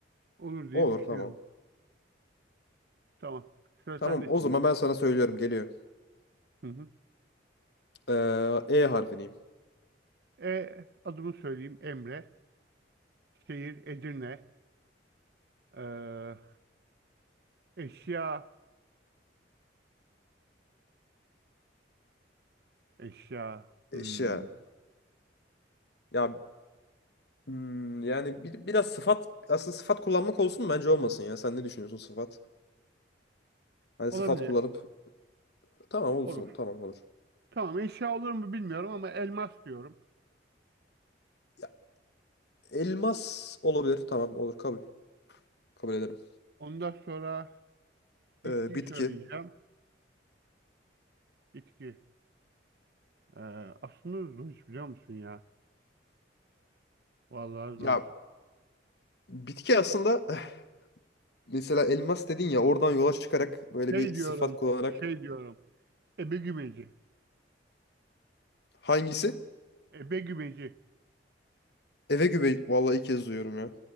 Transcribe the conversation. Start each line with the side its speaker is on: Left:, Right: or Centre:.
Right: Olur diye
Left: Olur
Right: düşünüyorum.
Left: tamam.
Right: Tamam. Sıra
Left: Tamam
Right: sende
Left: o
Right: şimdi.
Left: zaman ben sana söylüyorum geliyor.
Right: Hı hı.
Left: Eee, E harfi diyeyim.
Right: E, adımı söyleyeyim Emre. Şehir Edirne. Ee, eşya. Eşya. Hmm.
Left: Eşya. Ya hmm, yani bir, biraz sıfat aslında sıfat kullanmak olsun mu? bence olmasın ya. Sen ne düşünüyorsun sıfat? Hani
Right: Olabilir.
Left: sıfat kullanıp tamam olsun
Right: Olur.
Left: tamam olur.
Right: Tamam eşya olur mu bilmiyorum ama elmas diyorum.
Left: Ya, elmas olabilir tamam olur kabul. Kabul ederim.
Right: Ondan sonra bitkiyi
Left: Eee, bitki.
Right: söyleyeceğim. Bitki. Ee, aslında zor iş biliyor musun ya? Vallahi zor
Left: Ya
Right: iş.
Left: bitki aslında <laughs> Mesela elmas dedin ya oradan yola çıkarak böyle
Right: Şey
Left: bir
Right: diyorum.
Left: sıfat kullanarak
Right: Şey diyorum. Ebegümeci.
Left: Hangisi?
Right: Ebegümeci.
Left: Eve güve. Vallahi ilk kez duyuyorum ya.